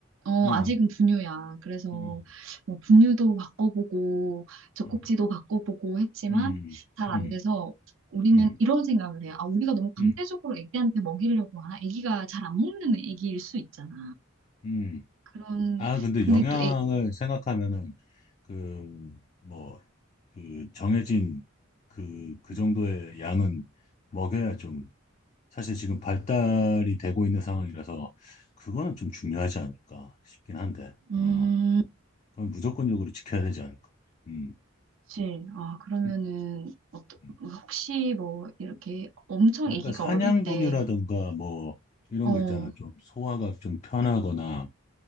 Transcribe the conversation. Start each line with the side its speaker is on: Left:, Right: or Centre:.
Right: 어,
Left: 응,
Right: 아직은 분유야. 그래서
Left: 응,
Right: 뭐 분유도 바꿔보고, 젖꼭지도
Left: 응,
Right: 바꿔보고 했지만
Left: 응,
Right: 잘
Left: 응,
Right: 안 돼서 우리는
Left: 응,
Right: 이런 생각을 해요. 아, 우리가 너무 강제적으로
Left: 응,
Right: 애기한테 먹이려고 하나? 애기가 잘 안 먹는 애기일 수 있잖아.
Left: 응.
Right: 그런,
Left: 아, 근데
Right: 근데
Left: 영양을
Right: 또 애,
Left: 생각하면은 그 뭐 그 정해진 그 그
Right: 음,
Left: 정도의 양은 먹여야 좀 사실 지금 발달이 되고 있는 상황이라서 그거는 좀 중요하지 않을까 싶긴 한데,
Right: 음.
Left: 어, 그건 무조건적으로 지켜야 되지 않을까. 음,
Right: 그치. 아, 그러면은,
Left: 음,
Right: 어떠,
Left: 음.
Right: 혹시 뭐, 이렇게 엄청
Left: 약간
Right: 아기가
Left: 사냥분유라든가
Right: 어릴 때,
Left: 뭐 이런
Right: 어,
Left: 거 있잖아. 좀 소화가 좀 편하거나